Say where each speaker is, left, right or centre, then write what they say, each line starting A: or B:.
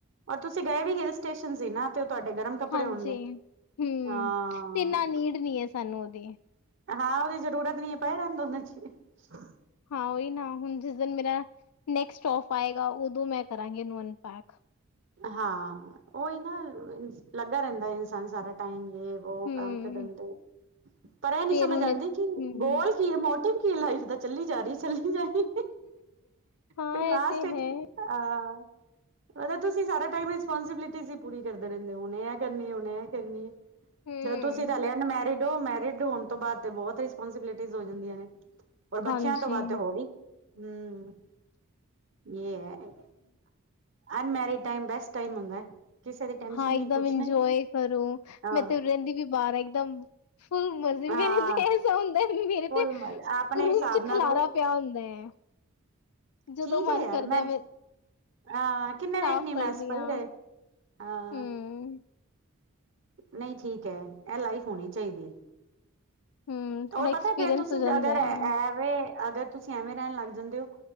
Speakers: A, on the right; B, on the left.
A: ਔਰ ਤੁਸੀਂ ਗਏ ਵੀ ਹਿਲ ਸਟੇਸ਼ਨ ਸੀ। ਨਾ ਤੇ ਉਹ ਤੁਹਾਡੇ ਗਰਮ। ਕੱਪੜੇ
B: ਹਾਂਜੀ।
A: ਹੋਣਗੇ
B: ਹਮ
A: ਹਾਂ
B: ਤੇ ਇੰਨਾ ਨੀਡ ਨੀ ਹੈ ਸਾਨੂੰ ਉਹਦੀ।
A: ਹਾਂ ਉਹਦੀ ਜ਼ਰੂਰਤ ਨੀ ਪਏ ਰਹਿਣ ਦੋ ਉਹਦੇ ਚ।
B: ਹਾਂ ਉਹੀ ਨਾ ਹੁਣ ਜਿਸ ਦਿਨ ਮੇਰਾ ਨੈਕਸਟੋਫ ਆਏਗਾ ਉਦੋਂ ਮੈਂ ਕਰਾਂਗੀ ਇਹਨੂੰ ਅਨਪੈਕ।
A: ਹਾਂ। ਉਹੀ। ਨਾ। ਲੱਗਾ। ਰਹਿੰਦਾ। ਇਨਸਾਨ। ਸਾਰਾ। ਟਾਈਮ। ਉਹ।
B: ਹੂੰ
A: ਕੰਮ। ਕੇ। ਦਿੰਦੇ। ਪਰ। ਇਹ। ਨੀ।
B: ਫੇਰ
A: ਸਮਝ।
B: ਹੁਣ
A: ਆਉਂਦੀ। ਕਿ।
B: ਹੂੰ
A: ਬੋਲ। ਕੀ। ਹੈ। ਮੋਟਿਵ। ਕੀ। ਲਾਈਫ। ਦਾ। ਚੱਲੀ। ਜਾ। ਰਹੀ। ਚੱਲੀ। ਜਾਹੀ।
B: ਹਾਂ
A: ਬਈ। ਲਾਸਟ।
B: ਇਹ ਤੇ ਹੈ
A: ਹਾਂ। ਉਹਦੇ। ਤੁਸੀਂ। ਸਾਰਾ। ਟਾਈਮ। ਰਿਸਪੋਂਸੀਬਿਲਿਟੀ। ਹੀ। ਪੂਰੀ। ਕਰਦੇ। ਰਹਿੰਦੇ। ਹੋ ਓਨੇ। ਇਹ। ਕਰਨੀ। ਓਨੇ। ਕਰਨੀ ਹੈ।
B: ਹੂੰ
A: ਚਲੋ। ਤੁਸੀਂ। ਤਾਂ। ਲਿਆ। ਮੈਰਿਡ। ਹੋ। ਮੈਰਿਡ। ਹੋਣ। ਤੋਂ। ਬਾਅਦ ਤੇ। ਬਹੁਤ। ਰਿਸਪੋਂਸੀਬਿਲਿਟੀ। ਹੋ। ਜਾਂਦੀਆਂ। ਨੇ। ਔਰ। ਬੱਚਿਆਂ।
B: ਹਾਂਜੀ
A: ਤੋਂ। ਬਾਅਦ। ਹੋ। ਰਹੀ। ਹਮ। ਇਹ। ਹੈ। ਅਨਮੈਰੀਡ। ਟਾਈਮ। ਬੈਸਟ। ਟਾਈਮ। ਹੁੰਦਾ। ਕਿਸੇ ਦੀ ਟੈਨਸ਼ਨ
B: ਹਾਂ। ਇੱਕਦਮ।
A: ਨਹੀਂ ਕੁਛ
B: ਇੰਜੋਏ।
A: ਨਹੀਂ
B: ਕਰੂ।
A: ਹਾਂ
B: ਮੈਂ। ਤੇ। ਰਹਿੰਦੀ। ਵੀ। ਬਾਹਰ। ਆ। ਇੱਕਦਮ। ਫੁੱਲ। ਮਜ਼ੇ।
A: ਹਾਂ
B: ਮੇ। ਐਸਾ। ਹੁੰਦਾ। ਮੇਰੇ।
A: ਫੁੱਲ
B: ਤੇ।
A: ਮਜ਼ਾ ਆਪਣੇ
B: ਰੂਮ
A: ਹਿਸਾਬ
B: ਚ ਖਲਾਰਾ।
A: ਨਾਲ ਰਹੋ
B: ਪਿਆ ਹੁੰਦਾ ਹੈ। ਜਦੋਂ
A: ਠੀਕ
B: ਮਨ
A: ਹੈ। ਯਾਰ
B: ਕਰਦਾ
A: ਮੈਂ। ਹਾਂ ਕਿੰਨੇ ਵੇਖਣੀ
B: ਸਾਫ਼
A: ਮੈਸ
B: ਕਰਦੀ
A: ਪਈ
B: ਹਾਂ
A: ਰਹੇ। ਹਾਂ।
B: ਹੂੰ
A: ਨਹੀਂ ਠੀਕ ਹੈ। ਇਹ ਲਾਈਫ ਹੋਣੀ ਚਾਹੀਦੀ।
B: ਹੂੰ, ਥੋੜਾ
A: ਹੋਰ ਪਤਾ
B: ਐਕਸਪੀਰੀਅੰਸ
A: ਫੇਰ ਤੁਸੀਂ
B: ਹੋ ਜਾਂਦਾ
A: ਅਗਰ।
B: ਹੈ,
A: ਐਵੇਂ ਅਗਰ ਤੁਸੀਂ ਐਵੇਂ ਰਹਿਣ ਲੱਗ ਜਾਂਦੇ ਹੋ।